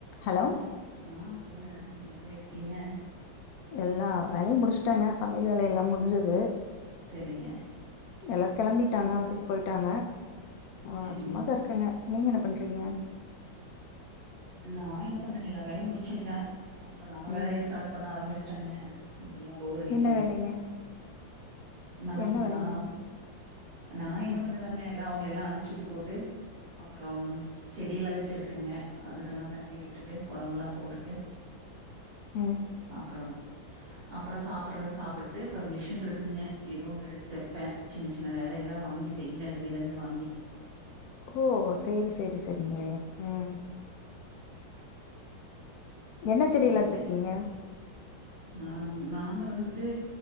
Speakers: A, on the left; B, on the right.
A: Hello
B: <inaudible> ஆ சொல்லுங்க என்ன பண்ணிட்ருக்கிங்க
A: எல்லா வேலையு முடிச்சுட்டங்க சமையல் வேலையெல்லா முடிஞ்சுது
B: செரிங்க
A: எல்லாரு கெளம்பிட்டாங்க ஆஃபீஸ் போய்ட்டாங்க நா
B: சரிங்.
A: சும்மாதா இருக்கங்க நீங்க என்ன பண்றீங்க
B: நா என்ன பண்ற எல்லா வேலையு முடிச்சிட்ட அப்ற நம்ம வேலைய
A: ம்
B: ஸ்டார்ட் பண்ண ஆரம்பிச்சேட்டங்க இப்பில்லா போர் அடிக்கு
A: என்ன வேலைங்க
B: நாங்களா
A: என்ன வேலைங்க
B: நா என்ன பண்ணுவங்க எல்லா அவுங்களல்லா அனுப்ச்சு வுட்டு போட்டு அப்பறம் செடி எல்லா வெச் சிருக்கங்க அதுக்கெல்லா தண்ணி விட்டுட்டு ஒரமெல்லா போட்டுட்டு
A: ம்
B: அப்பறம் அப்ற சாப்புட்றது சாப்புட்டு அப்பற மிஷின் இருக்குங்க எதோ ஒன்னு எடுத் தெப்பே சின்ன சின்ன வேலையெல்லா வாங்கி செய்வ வெளிலேருந்து வாங்கி
A: ஓ சேரி சேரி சேரிங்களே ம் என்ன செடில்லா
B: நீங்க?
A: வச்சிருக்கீங்க
B: நாங் நாங்க வந்துட்டு